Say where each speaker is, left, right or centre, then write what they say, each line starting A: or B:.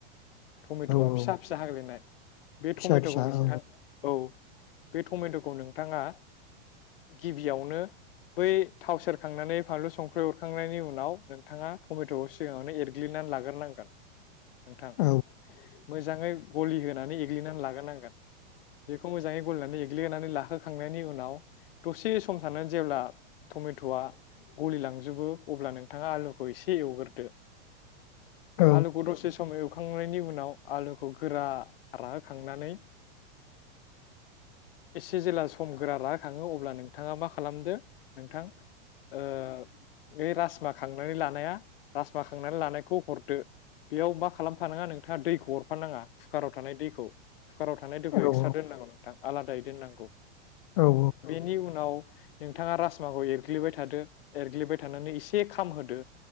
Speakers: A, on the left (about 55°); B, on the left (about 35°).
A: टमेट'आ
B: औ
A: फिसा फिसा हाग्लिनाय बे
B: फिसा
A: टमेट'खौ
B: फिसा
A: नोंथां
B: औ
A: औ बे टमेट'खौ नोंथाङा गिबियावनो बै थाव सेरखांनानै फानलु संख्रि अरखांनायनि उनाव नोंथाङा टमेट'खौ सिगाङावनो एरग्लिनानै लागोरनांगोन नोंथां
B: औ
A: मोजाङै गलि होनानै एग्लिनानै लाग्रोनांगोन बेखौ मोजाङै गलिनानै एग्लिनानै लाहोखांनायनि उनाव दसे सम थानानै जेब्ला टमेट'आ गलिलांजोबो अब्ला नोंथाङा आलुखौ एसे एवग्रोदो
B: औ
A: आलुखौ द'से समयाव एवखांनायनि उनाव आलुखौ गोरा राहो खांनानै एसे जेला सम गोरा राहो खाङो अब्ला नोंथाङा मा खालामदो नोंथां ओ बै राजमा खांनानै लानाया राजमा खांनानै लानायखौ हरदो बेयाव मा खालाम फानाङा नोंथाङा दैखौ हरफानाङा कुकाराव थानाय दैखौ कुकाराव थानाय दैखौ एक्सट्रा
B: औ
A: दोननांगौ नोंथां। आलादायै दोननांगौ
B: औ
A: बेनि उनाव नोंथाङा राजमाखौ एरग्लिबाय थादो एरग्लिबाय थानानै एसे खाम होदो